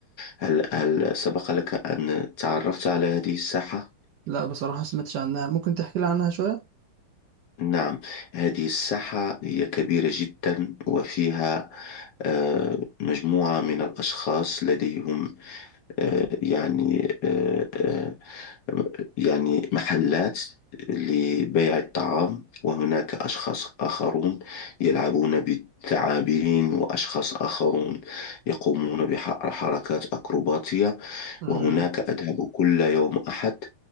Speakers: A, on the left; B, on the right.
A: هل هل سبق لك أن تعرفت على هذه الساحة؟
B: لا بصراحة سمعتش عنها ممكن تحكي لي عنها شوية؟
A: نعم هذه الساحة هي كبيرة جدا وفيها آه، مجموعة من الأشخاص لديهم آه، يعني آه، آه، يعني محلات لبيع الطعام وهناك أشخاص آخرون يلعبون بالثعابين وأشخاص آخرون يقومون بحركات أكروباتية
B: امم
A: وهناك أذهب كل يوم أحد